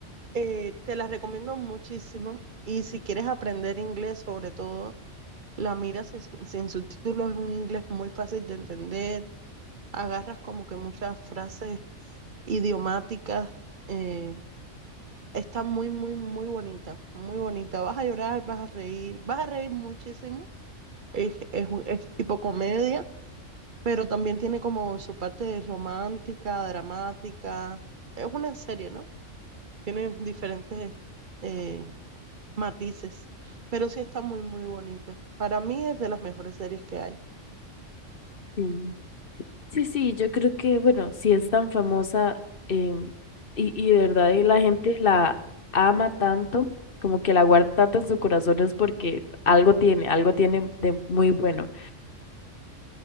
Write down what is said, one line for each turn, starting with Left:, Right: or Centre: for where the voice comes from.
Right: Eh, te la recomiendo muchísimo. Y si quieres aprender inglés sobre todo. La miras sin, sin <laughs> subtítulos, es un inglés muy fácil de entender, agarras como que muchas frases idiomáticas, eh, está muy, muy, muy bonita, muy bonita. Vas a llorar, vas a reír, vas a reír muchísimo, es, es, un- es tipo comedia, pero también tiene como su parte romántica, dramática, es una serie, ¿no? Tiene diferentes eh, matices, pero sí está muy, muy bonita. Para mí es de las mejores series que hay.
Left: Sí. Sí, sí, yo creo que, bueno, si es tan famosa em, y, y de verdad eh, la gente la ama tanto, como que la guarda tanto en su corazón es porque algo tiene, algo tiene de muy bueno.